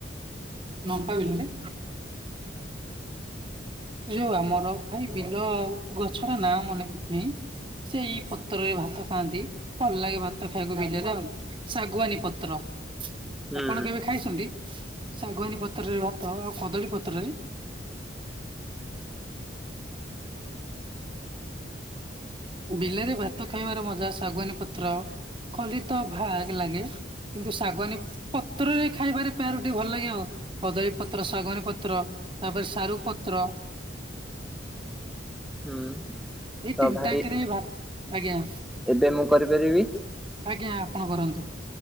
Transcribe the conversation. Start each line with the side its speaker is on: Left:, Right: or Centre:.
Right: ନମ୍ପା ବିଲରେ? ଏ ଯୋଉ ଆମର ଭାଇ ବିଲ ଆଉ ଗଛର ନାଁ ମନେ ପଡୁନି ସେଇ ପତ୍ରରେ ଭାତ ଖାଆନ୍ତି ଭଲ ଲାଗେ ଭାତ ଖାଇବାକୁ ବିଲରେ ଆଉ। ଶାଗୁଆନୀ ପତ୍ର।
Centre: ହୁଁ
Right: ଆପଣ କେବେ ଖାଇଛନ୍ତି, ଶାଗୁଆନୀ ପତ୍ରରେ ଭାତ ଆଉ କଦଳୀ ପତ୍ରରେ? ବିଲରେ ଭାତ ଖାଇବାର ମଜା ଶାଗୁଆନୀ ପତ୍ର, ଖଲିତ ଭାଗ୍ ଲାଗେ। କିନ୍ତୁ ଶାଗୁଆନୀ ପତ୍ରରେ ଖାଇବାରେ ପ୍ରୟୋରୋଟି ଭଲ ଲାଗେ ଆଉ, କଦଳୀ ପତ୍ର ଶାଗୁଆନୀ ପତ୍ର। ତାପରେ ସାରୁ ପତ୍ର।
Centre: ହୁଁ।
Right: ଏଇ
Centre: ତ
Right: ତିନିତାଙ୍କରେ
Centre: ଭାଇ
Right: ଭା ଆଜ୍ଞା।
Centre: ଏବେ ମୁଁ କରିପାରିବି?
Right: ଆଜ୍ଞା ଆପଣ କରନ୍ତୁ